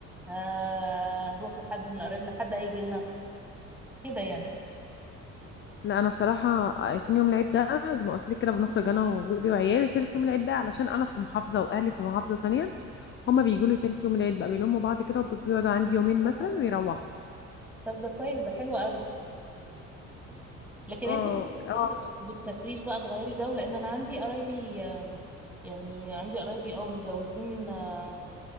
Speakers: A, in the centre; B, on the left.
A: آه، هنروح لحد من قرايبنا حد هيجي لنا كده يعني
B: لا انا بصراحه آه، تاني يوم العيد ده زي ما قلت لك كده بنخرج انا وجوزي وعيالي تالت يوم العيد بقى علشان انا في محافظه واهلي في محافظه تانية هما بيجوا لي تالت يوم العيد بقى بيلموا بعض كده وبيقعدوا عندي يومين
A: آه،
B: مثلا ويروحوا
A: طب ده كويس ده حلو قوي لكن
B: اه
A: انت ما بتسافريش
B: اه
A: ما بتسافريش بقى تغيري جو لان انا عندي قرايبي آه، يعني عندي قرايبي او متجوزين آه،